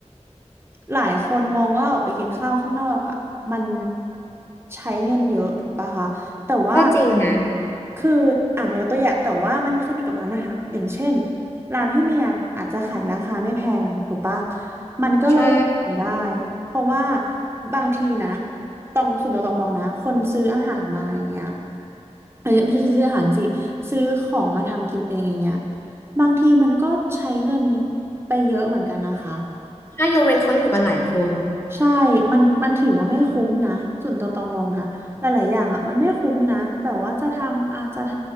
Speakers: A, on the right; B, on the left.
A: หลายคนมองว่าออกไปกินข้าวข้างนอกอ่ะมันใช้เงินเยอะถูกปะคะแต่ว่า
B: ก็จริงนะ
A: คืออ่ายกตัวอย่างแต่ว่ามันขึ้นอยู่กับร้านอาหารอย่างเช่นร้านพี่เมียอาจจะขายราคาไม่แพงถูกปะมันก็เลยไม่ได้
B: ใช่
A: เพราะว่าบางทีนะตองส่วนตัวตองมองนะคนซื้ออาหารมาอย่างเงี้ยเอ้ยไม่ใช่ซื้ออาหารสิซื้อของมาทำกินเองอย่างเงี้ยบางทีมันก็ใช้เงินไปเยอะเหมือนกันนะคะ
B: ถ้ายกเว้นเขาอยู่กันหลายคน
A: ใช่มันมันถือว่าไม่คุ้มนะ ส่วนตัวตองมองนะ หลายๆอย่างอ่ะ มันไม่คุ้มนะ แบบว่าจะทำ อาจจะท